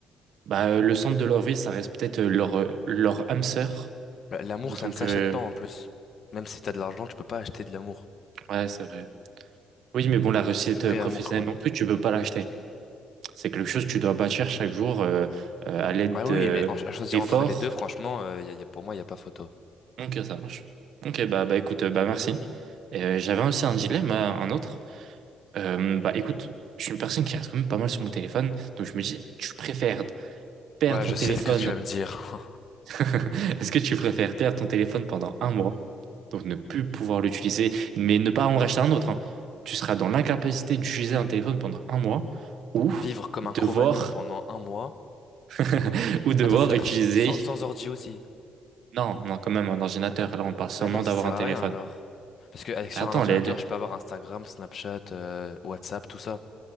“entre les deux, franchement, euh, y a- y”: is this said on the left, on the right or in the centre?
Left